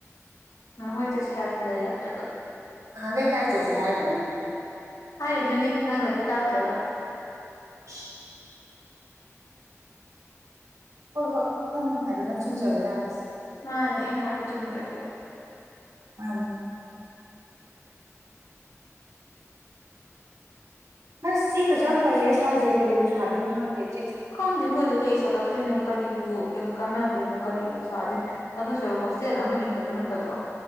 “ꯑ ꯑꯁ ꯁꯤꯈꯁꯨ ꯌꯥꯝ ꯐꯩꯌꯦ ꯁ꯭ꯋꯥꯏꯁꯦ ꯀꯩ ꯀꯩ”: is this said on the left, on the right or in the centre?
Right